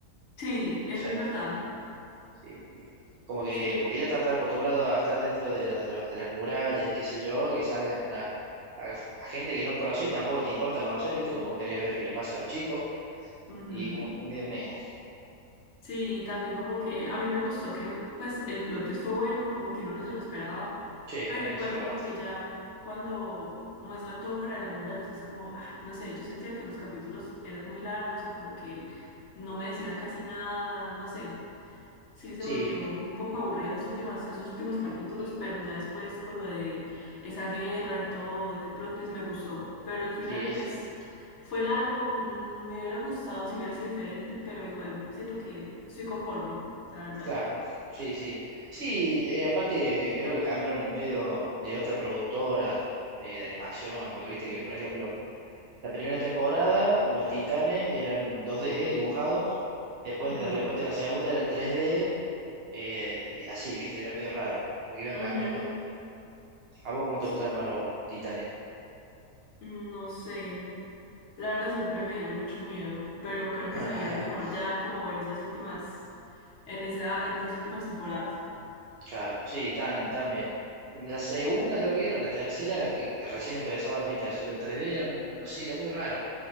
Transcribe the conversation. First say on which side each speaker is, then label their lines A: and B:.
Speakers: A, on the left (about 55°); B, on the right (about 60°).
A: Sí, eso
B: gente.
A: es verdad.
B: Sí, sí. Como que,
A: Sí,
B: porque ya estaba, estaba acostumbrado a estar dentro de, lo- de, los- de las murallas y qué sé yo, que salgan a, a- a gente que no conocés y tampoco te importa conocer, ¿viste? Porque vos querés ver qué le pasa a los chicos.
A: ujú.
B: Y como que medio me.
A: Sí, también como que a mí me gustó que pues el plot twist fue bueno, como que uno no se lo esperaba,
B: Che,
A: pero igual
B: eso
A: como
B: es verdad.
A: que ya cuando muestran todo fuera de las murallas es como, ah, no sé, yo sentía que los capítulos eran muy largos y como que no me decían casi nada, no sé, sí se
B: Sí,
A: volvió un poco aburrida esas últimas, esos últimos capítulos, <laughs> pero ya después con lo de esa guerra y todo, ese plot twist me gustó. Pero el final,
B: sí, es
A: pues, fue largo, mm, me hubiera gustado si hubiera sido diferente, pero igual siento que estoy conforme, la verdad.
B: Claro, sí, sí. Sí, eh, aparte creo que cambiaron el medio de otra productora eh, de animación, porque viste que, por ejemplo, la primera temporada los Titanes eran en dos d dibujados, después
A: Ujú,
B: de repente la segunda era en 3D eh, y así, viste, era medio raro, como que iban
A: ujú,
B: cambiando. ¿A vos cómo te
A: sí,
B: gustan más los Titanes?
A: mm, no sé. La verdad siempre me dieron mucho miedo, pero creo
B: <laughs>
A: que se veían mejor ya como en esas últimas, en esa, en esas últimas temporadas.
B: Claro, sí, tan, tan bien. La segunda creo que era, o la tercera, que, que recién empezaban, viste, a hacerlo en tres d era, mu- no sé, era muy raro,